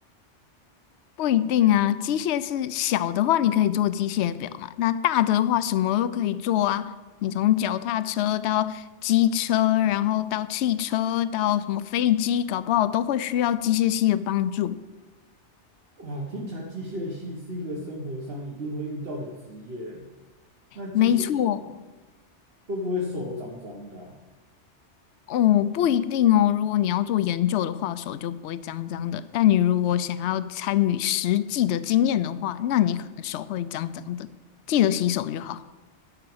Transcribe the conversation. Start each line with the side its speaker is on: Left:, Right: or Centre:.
Left: 不一定啊，机械是小的话，你可以做机械表嘛。那大的话，什么都可以做啊。你从脚踏车到机车，然后到汽车，到什么飞机，搞不好都会需要机械系的帮助。
Right: 哇，听起来机械系是一个生活上一定会遇到的职业。那机械系
Left: 没错，
Right: 会不会手都脏脏的啊
Left: 哦，不一定哦。如果你要做研究的话，手就不会脏脏的。但你如果想要参与实际的经验的话，那你可能手会脏脏的。记得洗手就好